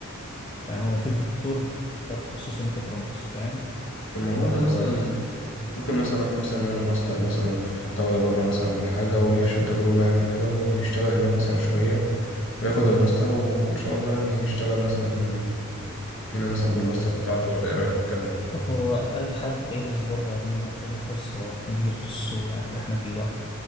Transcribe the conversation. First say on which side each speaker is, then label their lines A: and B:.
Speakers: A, on the left (about 20°); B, on the left (about 60°).
A: يعني هو ما فيش دكتور ده تخصصه ميكاترونكس فاهم
B: طب ما ممكن
A: لا هو
B: مثلا ممكن مثلا واحد مثلا يعمل ماستر مثلا في دولة بره مثلا ولا حاجة ويعيش التجربة يعني وكده ويشتغل هناك مثلا شوية وياخد الماستر وإن شاء الله يعني يشتغل مثلا هنا مثلا بالماستر بتاعته ولا ايه رأيك في الكلام ده
A: هو أي حد هيدرس بره عموما هيكون له فرصة كبيرة في السوق يعني اللي احنا فيه ده